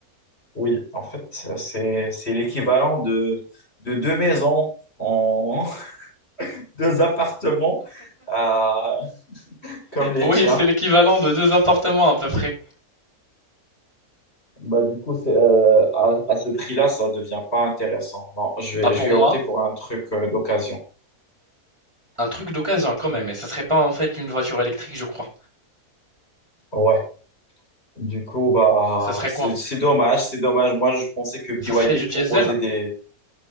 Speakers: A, on the left (about 40°); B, on the right (about 20°).
A: Oui, en fait, c'est c'est l'équivalent de, de deux maisons en <laughs> deux appartements à- comme les
B: Oui,
A: tiens.
B: c'est l'équivalent de deux appartements à peu près.
A: Bah, du coup, c'est, euh, à, à ce prix-là, ça devient pas intéressant. Non, je
B: Bah
A: vais,
B: pour
A: je vais
B: moi,
A: opter pour un truc euh, d'occasion.
B: un truc d'occasion quand même, et ça serait pas en fait une voiture électrique, je crois.
A: Ouais. Du coup, bah,
B: Ça serait
A: c'est
B: quoi?
A: c'est dommage, c'est dommage. Moi, je pensais que BYD
B: Ça serait du diesel?
A: proposait des...